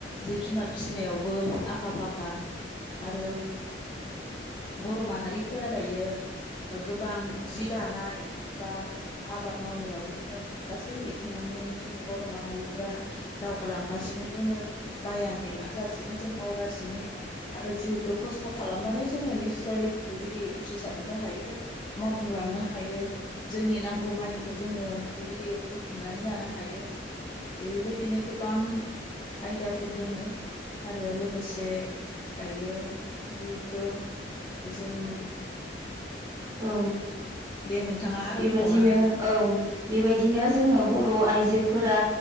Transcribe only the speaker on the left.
जिब जुनार फिसिनायाव बो आखा फाखा आरो बर' माहारिफोरा दायो ओ गोबां जि दानाय बा आबाद मावनायावनो होन गासै बिथिङावनो जोंनि बर' मा हारिफ्रा दावगालांगासिनो दोङो। बाया मेङा जासिनो जों मावगासिनो आरो जिहेथु खस्थ' खालामबानो जोङो निस्सय बेबायदि उथ्रिसारनोबो हायो मावफुंलांनो हायो जोंनि नांगौ मानिखो जोङो बिबायदि बु थुमनानै लानो हायो बेबायदिनो गो बां आयदा फोर दोङो आरो लोगोसे दायो जिहे थु जों
दे नोंथाङा आरो
बुंबावनो हागोन।